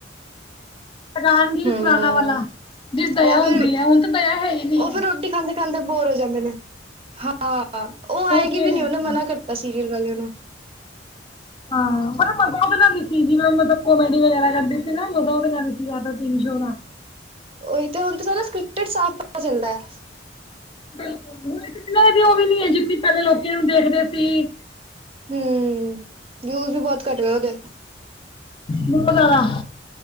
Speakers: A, on the left; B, on the right.
A: ਰਾਨਗੀ
B: ਹਮ
A: ਪੁਰਾਣਾ ਵਾਲਾ ਜਿਦੇ ਚ ਦਇਆ
B: ਉਹ ਫਿਰ
A: ਹੁੰਦੀ ਐ, ਹੁਣ ਤਾਂ ਦਇਆ ਹੈ ਈ ਨਹੀਂ
B: ਉਹ
A: ਐ।
B: ਫਿਰ ਰੋਟੀ ਖਾਂਦੇ ਖਾਂਦੇ ਬੋਰ ਹੋ ਜਾਂਦੇ ਨੇਂ, ਹਾਂ ਉਹ ਆਏਗੀ
A: ਤੇ
B: ਵੀ ਨੀਂ
A: ਹੈ।
B: ਉਹਨੇ ਮਨਾ ਕਰਤਾ ਸੀਰੀਅਲ ਵਾਲਿਆਂ ਨੂੰ।
A: ਹਾਂ, ਪਰ ਮਲ ਪਤਾ ਉਹਦੇ ਨਾਲ ਦਿਖੀ ਜਿਵੇੈਂ ਮਤਲਬ ਉਹ ਮੈਡੀ ਵਗੈਰਾ ਕਰਦੀ ਸੀ ਨਾਂ ਮਜਾ ਉਹਦੇ ਨਾਲ ਈ ਸੀ ਟੀ ਵੀ ਸ਼ੋ ਦਾ।
B: ਉਹੀ ਤੇ ਹੁਣਾ ਸਕ੍ਰਿਕਟਟ ਸਾਫ਼ ਪਤਾ ਚਲਦਾ ਐ।
A: ਬਿਲਕੁਲ ਵੀ ਉਹ ਵੀ ਨੀ ਹੈ ਜਿਨੀ ਪਹਿਲਾਂ ਲੋਕੀ ਨੂੰ ਦੇਖਦੇ ਸੀ।
B: ਹਮ ਵਿਊਜ ਵੀ ਬਹੁਤ ਘੱਟ ਰਿ ਉਹਦੇ
A: ਦ ਕਰਦਾ।